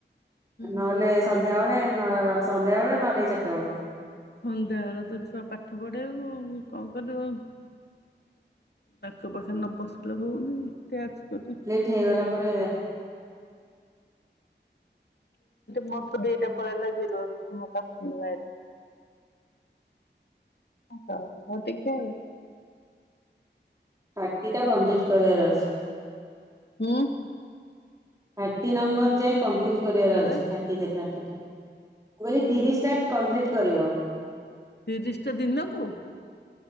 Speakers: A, on the right; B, on the left.
A: ନହେଲେ
B: ହୁଁ।
A: ସନ୍ଧ୍ୟାବେଳେ ନ ସନ୍ଧ୍ୟାବେଳେ ନହେଲେ ଚାରିଟା ବେଳେ।
B: ସନ୍ଧ୍ୟାବେଳେ ତ ଛୁଆ ପାଠ ପଢେଆକୁ କଣ କରିବୁ ଆଉ? ତାଙ୍କ ପାଖେ ନ ବସିଲେ ହଉନି ଟ୍ୟାସ୍କ କରି
A: ସେଠି ହେଇଗଲା ପରେ
B: ମତେ ଦିଟା ପଳେଇ ଆସିଲା <unintelligible> ଓହୋ ଆଉ ଟିକେ
A: ଥାଟିଟା କମ୍ପଲିଟ କରିବାର ଅଛି।
B: ହୁଁ।
A: ଥାର୍ଟି ନମ୍ବର ଯାଏ କମ୍ପ୍ଲିଟ କରିବାର
B: କଣ
A: ଅଛି ଥାଟି ଟା ଥାଟି ଟା ମୁ କହିଲି
B: ହୁଁ।
A: ତିରିସ୍ ଟା କମ୍ପ୍ଲିଟ୍ କରିବ।
B: ତିରିଶି ଟା ଦିନକୁ?